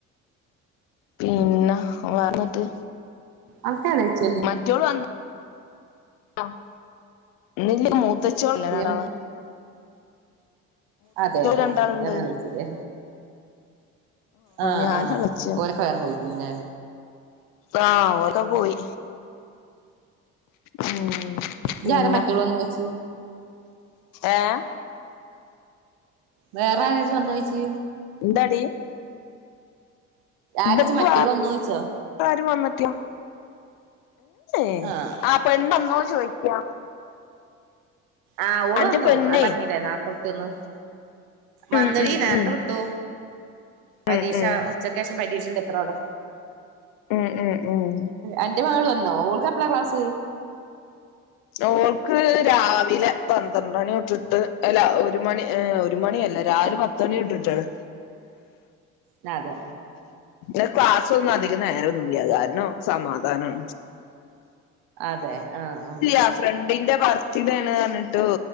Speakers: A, on the left; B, on the right.
A: പിന്നെ വേറന്തൂട്ട്
B: അനക്കല്ലേച്ച്
A: മറ്റോള് വന്ന് ആ നിന്റ മൂ തെച്ചോൾല്ലേ വേറാള്
B: ഏമ അതെ
A: രണ്ടാളുണ്ട്
B: ആഹ് ഇജ്ജന്ന വിളിച്ചില്ലേ ആഹ്
A: ഞാൻ
B: ആഹ്
A: എളച്ചിയാണ്
B: ഓരൊക്കെ വേറെ പോയിക്കണില്ലേ
A: ആഹ് ഓൽക്ക പോയി ഉം പിന്ന
B: ഇജാരെ മറ്റോള് വന്നോയ്ച്ച്
A: ഏഹ്
B: വേറെ ഇജ്ജ് വന്നോയിച്ച്
A: എന്താടി
B: ആരോച്ച്
A: ഇബട്ക്ക്
B: മറ്റോള്
A: വേറെ
B: വന്നോച്ചോ
A: ആരും വന്നട്ടില്ല ഏയ്
B: ആഹ്
A: ആ പെണ്ണൊന്നൊന്ന് ചോയിക്കാ
B: ആഹ് ഓള്
A: അന്റെ
B: വന്നു
A: പെണ്ണേ
B: അ പറഞ്ഞില്ലേ നാട്ടിതേന്നു വന്നെടീ
A: ഉം ഉം
B: നേരത്തെ
A: ഉം
B: വിട്ടു പരീക്ഷ
A: ഉം ഉം
B: ഉച്ചക്കേഷം പരീക്ഷിണ്ട് എത്രാവിട
A: ഉം ഉം ഉം
B: എന്റെ മകള് വന്നോ ഓൾക്കെപ്പളാ ക്ലാസ്
A: ഓൾക്ക് രാവിലെ പന്ത്രണ്ട് മണിതൊട്ടിട്ട് അല്ല ഒരു മണി ഏഹ് ഒരു മണിയല്ല രാവിലെ പത്ത് മണി തൊട്ടിട്ടാണ്
B: ന്നാതെ
A: ഇ ക്ലാസ്സൊന്നും അധികം നേരൊന്നുല്ല കാരണം സമാധാനം
B: അതെ ആഹ് ആ
A: ആ ഫ്രണ്ടിന്റെ ബർത്തിഡാണ് പറഞ്ഞിട്ട്